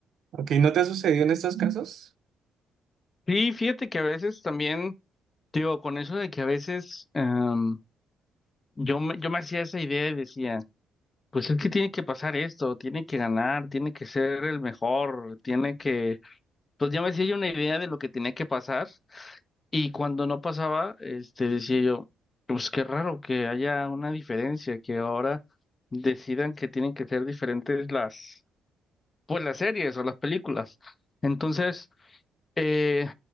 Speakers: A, on the right; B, on the left.
A: Ok, ¿no te ha sucedido en estos casos?
B: Sí, fíjate que a veces también, digo, con eso de que a veces em, yo me, yo me hacía esa idea y decía, pues es que tiene que pasar esto, tiene que ganar, tiene que ser el mejor, tiene que Pues ya me hacía yo una idea de lo que tenía que pasar y cuando no pasaba, este, decía yo, pues qué raro que haya una diferencia, que ahora decidan que tienen que ser diferentes las, pues las series o las películas. Entonces, eh,